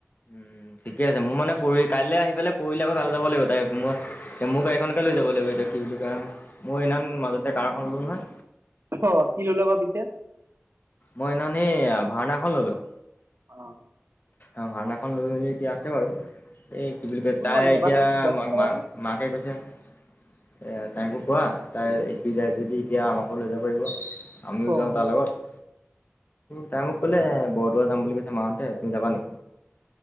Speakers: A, on the left (about 40°); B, on the right (about 60°).
A: উম ঠিকে আছে, মোৰ মানে পৰহি, কাইলে আহি পেলাই পৰহিলে আকৌ তালে যাব লাগিব, তাইক মই। মোৰ গাড়ীখনকে লৈ যাব লাগিব এতিয়া, কি বুলি কয়, মোৰ সেইদিনাখন মাজতে কাৰখন ল'লো নহয়।
B: অ' কি ল'লা বা পিছে?
A: মই সেইদিনাখনি ভাৰ্ণা এখন ললোঁ।
B: <inaudible>
A: অ' ভাৰ্ণাখন লৈ মেলি এতিয়া আছে বাৰু। এই কি বুলি কয়,
B: কোনখন
A: তাই
B: বগা
A: এতিয়া
B: বগা
A: মা
B: কালাৰ
A: মা
B: নে?
A: মাকে কৈছে, এ তাইকো কোৱা, তাই স্কুল যায় যদি এতিয়া আমাক আমাকো লৈ যাব পাৰিব। আমিও
B: অ',
A: যাওঁ তাৰ লগত। তাই মোক ক'লে, বৰদোৱা যাম বুলি কৈছে মাহঁতে, তুমি যাবা নি?